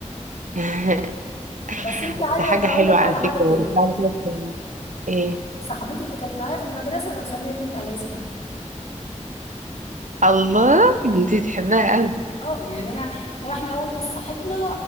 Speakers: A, on the right; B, on the left.
A: <laughs>
B: بس انت عارفه
A: ده حاجة حلوة
B: اقول لك
A: على
B: على
A: فكرة
B: حاجه تاني
A: يعني بعد كده ايه
B: صاحبتي اللي كانت معايا في المدرسه انا مسميه بنت على اسمها
A: الله ده انتي تحبها قوي
B: اه يعني انا واحنا اول ما صاحبنا